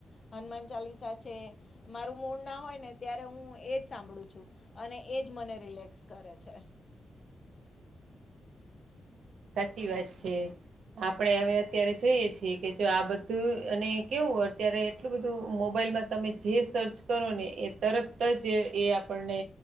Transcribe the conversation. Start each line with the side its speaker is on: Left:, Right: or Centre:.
Left: હનુમાન ચાલીસા છે મારું મૂળ ના હોય ને ત્યારે હું એ જ સાંભળું છું અને એજ મને રિલેક્સ કરે છે.
Right: સાચી વાત છે આપડે હવે અત્યારે જોઈએ છે કે જો આ બધું અને કેવું અત્યારે એટલું બધું મોબાઈલમાં તમે જે સર્ચ કરો ને એ તરત જ એ આપણને